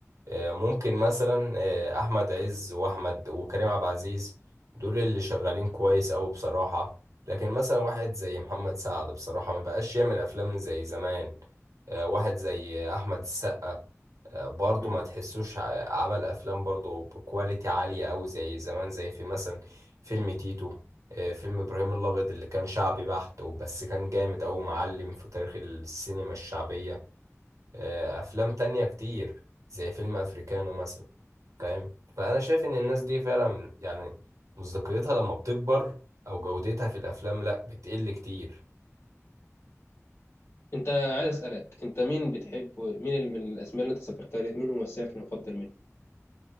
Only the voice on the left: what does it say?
مم.
أنت عايز أسألك أنت مين بتحب مين ال- من الأسماء اللي أنت ذكرتها ديت مين ممثلك المفضل منه؟